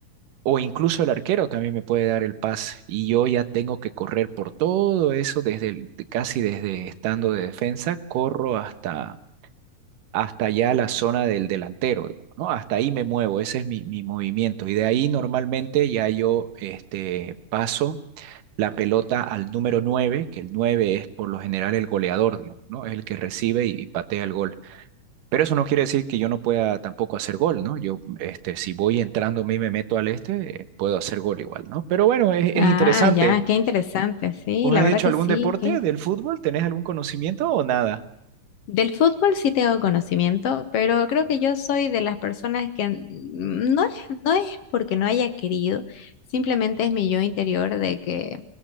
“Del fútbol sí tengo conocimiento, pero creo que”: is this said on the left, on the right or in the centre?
Left